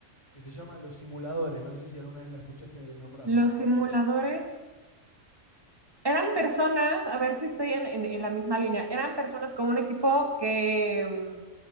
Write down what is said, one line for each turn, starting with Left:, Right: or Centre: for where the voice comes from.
Left: que se llama Los Simuladores. No sé si alguna vez la escuchaste nombrar.
Right: Los simuladores. Eran personas, a ver si estoy en, en- en la misma línea, eran personas como un equipo que mm,